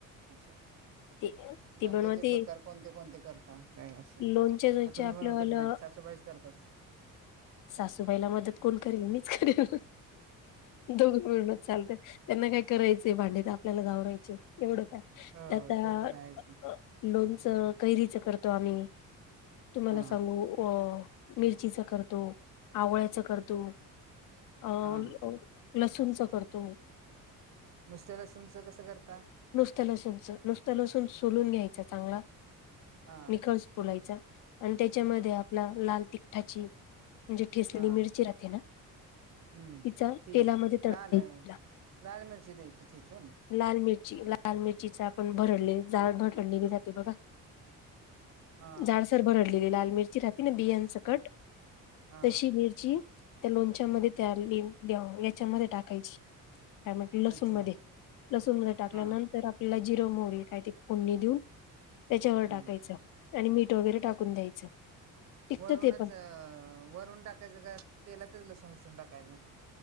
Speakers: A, on the right; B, on the left.
A: अच्छा
B: ते ती
A: लोणच्याचे
B: ती बनवते
A: प्रकार कोणते कोणते करता काय असे
B: लोणच्या लोणच्या
A: तर तुम्ही
B: आपल्यावालं
A: बणवतच नाही सासुबाईच करता
B: सासूबाईला मदत कोण करेल मीच करेल दोघ मिळूनच चालत. त्यांना काय करायचं भांडे तर आपल्याला आवरायचे एवढं काय
A: हो
B: तर
A: ते
B: आत
A: आहेच
B: लोनच कैरीच करतो आम्ही तुम्हाला
A: हा
B: सांगू अ मिरचीच करतो आवळ्याचं करतो अ
A: हा
B: लसूणचं करतो.
A: नुसत्या लसूणच कसं करता.
B: नुसत्या लसूच नुसतं लसून सलून घ्यायचं चांगला
A: हा
B: निख बोलायचा आणि त्यांच्यामध्ये आपला लाल तिखठाची म्हणजे ठिसली
A: हा
B: मिरची राहतेे ना
A: हम्म
B: तिचा
A: ती
B: तेलामध्ये तडका
A: लाल
B: द्यायचा.
A: लाल मिरची द्यायची ठेचून
B: लाल मिरची लाल मिरचीचा आपण भरडले जाड भरडलेली राहती बघा
A: हा
B: झाडसर भरडलेली लाल मिरची राहते ना बियांसकट
A: हा
B: तशी मिरची त्या लोणच्यामध्ये त्यांच्यामध्ये टाकायची त्यामध्ये लसूण
A: अच्छा
B: मध्ये लसूण मध्ये टाकल्यानंतर
A: हा
B: आप ला जिर मोहरी काय ते फोडणी देऊन त्यांच्यावर
A: हम्म
B: टाकायचं आणि मीठ वगैरे टाकून द्यायचं टिकतं
A: वरूनच
B: ते पण
A: वरून टाकायचं का तेलातच लसूण बिसून टाकायचं